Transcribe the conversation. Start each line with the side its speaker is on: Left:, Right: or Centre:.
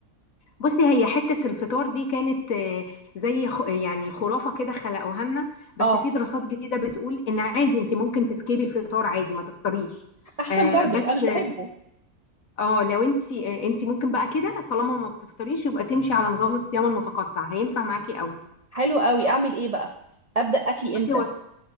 Left: بصي هي حتة الفطار دي كانت آه، زي خ- يعني خرافة كده خلقوها لنا بس
Right: اه
Left: في دراسات جديدة بتقول ان عادي انت ممكن تسكيبي الفطار عادي ما تفطريش
Right: احسن
Left: آه
Right: برضو
Left: بس
Right: انا مش بحبه
Left: اه لو انت آه انت ممكن بقى كده طالما ما بتفطريش يبقى تمشي على نظام الصيام المتقطع هينفع معاكي قوي
Right: حلو قوي اعمل ايه بقى ابدا اكلي
Left: بصي
Right: امتى
Left: هو